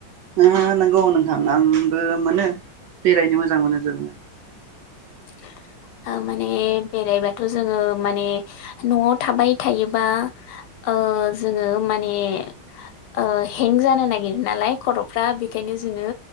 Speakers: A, on the right; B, on the left.
A: आ नंगौ नोंथां आंबो मोनो। बेरायनो मोजां मोनो जोङो।
B: <inaudible> आ माने बेरायबाथ' जो जोङो माने न'आव थाबाय थायोबा ओ जोङो माने ओ हें जानो नागिरो नालाय खर'फ्रा बेखायनो जोङो